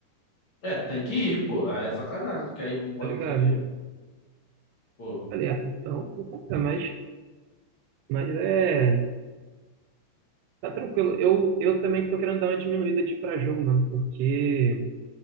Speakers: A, on the left (about 35°); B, on the right (about 80°).
A: É, tem que ir, pô. Aí é sacanagem, que aí não pode
B: tá ligado?
A: conseguir. Pô,
B: Falei, ah, então vou comprar, mas, mas é. Tá tranquilo. Eu, eu também tô querendo dar uma diminuída de ir pra jogo, mano, porque